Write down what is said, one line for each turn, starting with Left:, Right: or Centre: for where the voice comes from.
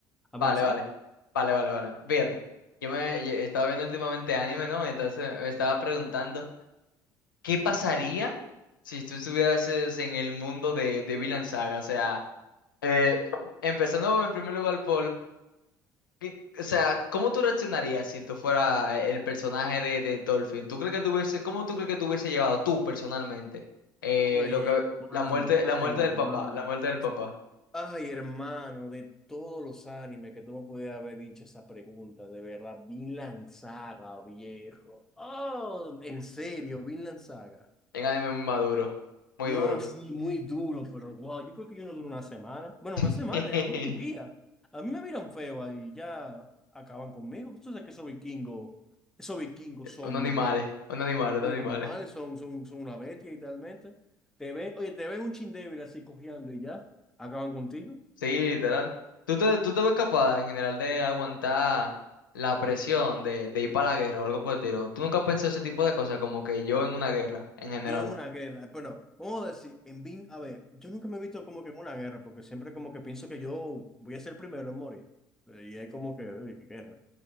Centre: A
Left: Vale,
Centre: ver qué sale.
Left: vale, vale, vale, vale. Fíjate, yo me yo estaba viendo últimamente anime, ¿no? Entonces me estaba preguntando. ¿Qué pasaría si tú estuvieras es, en el mundo de, de Vinland Saga? O sea, eh, empezando en primer lugar por, ¿qué- o sea, ¿cómo tú reaccionarías si tú fueras el personaje de, de Dolphin? ¿Tú crees que tuviese, cómo tú crees que te hubiese llevado tú personalmente eh,
Centre: Ay,
Left: lo que
Centre: hermano,
Left: la muerte,
Centre: ay,
Left: la muerte
Centre: hermano.
Left: del papá, la muerte del papá
Centre: Ay, hermano, de todos los animes que tú me pudieras haber dicho esa pregunta, de verdad, Vinland Saga, viejo. Oh, en serio, Vinland Saga.
Left: en anime muy maduro, muy
Centre: No,
Left: duro.
Centre: sí, muy duro, pero wow, yo creo que yo no duro una semana. Bueno, una
Left: <laughs>
Centre: semana, yo no duro un día. A mí me miran feo ahí, y ya acaban conmigo. Tú sabes que esos vikingos, esos vikingos son
Left: Un animal,
Centre: mi hermano,
Left: eh, un animal, un
Centre: son
Left: animal.
Centre: animales,
Left: eh.
Centre: son, son, son una bestia literalmente. Te ven, oye, te ven un chin débil así cojeando y ya, acaban contigo.
Left: Sí, literal. ¿Tú te, tú te ves capaz en general de aguantar la presión de, de ir para la guerra o algo por el estilo? ¿Tú nunca has pensado ese tipo de cosas como que yo en una guerra en general?
Centre: Yo en una guerra, bueno, vamos a decir, en Bin, a ver, yo nunca me he visto como que en una guerra, porque siempre como que pienso que yo voy a ser el primero en morir. Eh, Y es como que, eh, guerra.